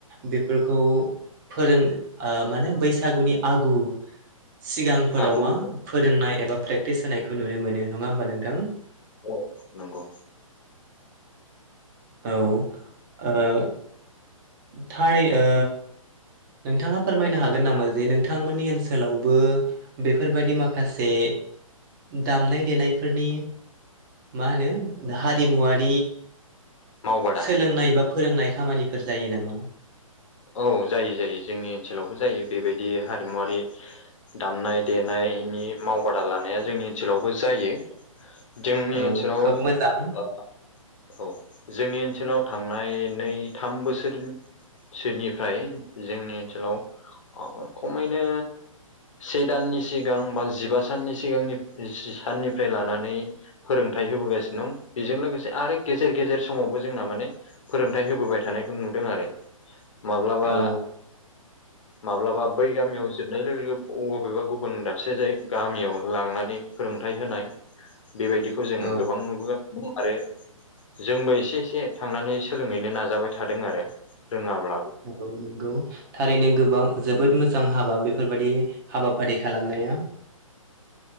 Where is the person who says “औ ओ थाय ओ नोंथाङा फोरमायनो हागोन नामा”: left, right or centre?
Right